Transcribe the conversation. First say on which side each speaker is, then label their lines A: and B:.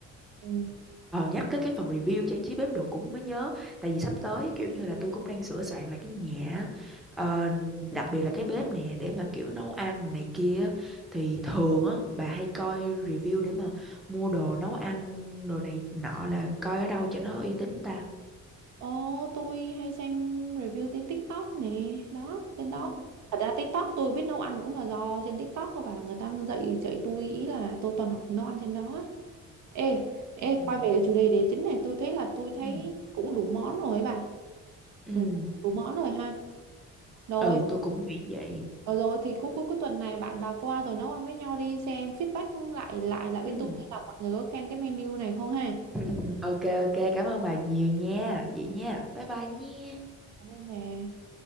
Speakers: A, on the right (about 65°); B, in the centre.
A: ừ.
B: Ờ, nhắc tới cái phần review trang trí bếp đồ cũng mới nhớ Tại vì sắp tới kiểu như là tôi cũng đang sửa soạn lại cái nhà á. Ờ, Đặc biệt là cái bếp nè Để mà kiểu nấu ăn này, này kia Thì thường á bà hay coi review Để mà mua đồ nấu ăn Đồ này nọ là coi ở đâu cho nó uy tín ta
A: Ồ, tôi hay xem review trên TikTok nè đó trên
B: Ừ.
A: đó thật ra TikTok tôi biết nấu ăn cũng là do trên TikTok của bà người ta dạy dạy tôi ý là tôi toàn học nấu ăn trên đó á. Ê, ê,
B: Ừ.
A: quay về cái chủ đề đề chính này, tôi thấy là tôi thấy
B: Ừ.
A: cũng đủ món rồi ấy bà.
B: Ừ,
A: Ừ, đủ món rồi ha. Rồi,
B: ừ tôi cũng nghĩ vậy
A: rồi, rồi thì cuối cuối cuối tuần này bạn bà qua rồi nấu ăn với nhau đi xem feedback lại lại lại với
B: Ừ.
A: tôi xem là mọi người có khen cái menu này không ha.
B: <laughs> Ok ok cảm ơn bà nhiều nha Vậy nha Bye bye nha
A: Cảm ơn bà.